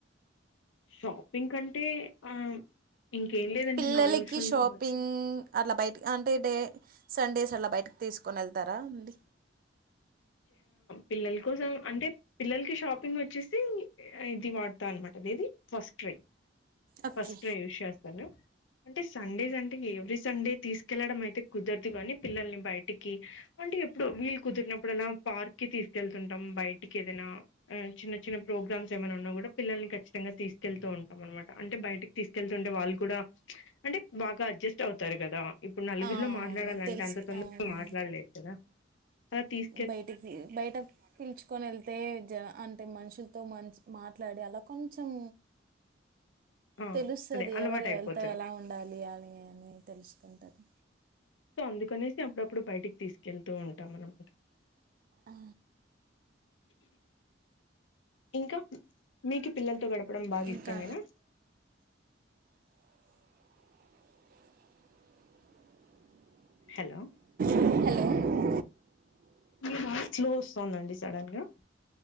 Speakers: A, on the left; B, on the right.
A: షాపింగ్ కంటే ఆ ఇంకేం లేదండి
B: పిల్లలకి
A: నా యూజువల్గా
B: షాపింగ్
A: బట్టలు
B: అట్లా బయట అంటే డే సండేస్ అలా బయటకి తీసుకని ఎళ్తారా అండి
A: పిల్లల కోసం అంటే పిల్లలకి షాపింగోచ్చేసి ఇది వాడతా అన్నమాట అనేది first cry
B: okay.
A: First cry use చేస్తాను అంటే సండేస్ అంటే ఎవ్రీ సండే తీసుకెళ్లడం అయితే కుదరదు కాని పిల్లల్ని బయిటికి అంటే ఎప్పుడు వీళ్ కుదిరినప్ ఇప్పుడన్నా పార్క్ కి తీసుకెళ్తుంటాం బయిటికి ఏదైనా చిన్న చిన్న ప్రోగ్రామ్స్ ఏమైన ఉన్నా గుడా పిల్ల ఖచ్చితంగా తీసుకెళ్తూ ఉంటాం అనమాట అంటే బయటికి తీసుకెళ్తు ఉంటే వాళ్ళ్ కూడా అంటే బాగా అడ్జస్ట్ అవుతారు గదా ఇప్పుడు నలుగురిలో
B: ఆ!
A: మాట్లాడాలంటే
B: అవును. తెలుసు.
A: అంత తొందరగా
B: అవును.
A: మాట్లాడ ల్లేరు కదా ప్రతీస్
B: బయటకి బయటక్ పిలుచుకొనేళ్తే జన అంటే మనుషులతో మంచి మాట్లాడియాల కొంచెం
A: ఆ
B: తెలుస్తది
A: అదే అలవాటు
B: ఎవరు
A: అయిపోతది
B: ఎళ్తా ఎలా ఉండాలి అని అన్ని తెలుసుకుంటారు
A: సో అందుకనేసి అప్పుడప్పుడు బయటికి తీసుకెళ్తూ ఉంటాం అనమాట
B: ఆ
A: ఇంకా మీకు పిల్లలతో గడపడం బాగా
B: ఇంకా
A: ఇష్టమేనా హలో
B: హలో
A: మీ వాయిస్ స్లో వస్తోందండి సడన్ గా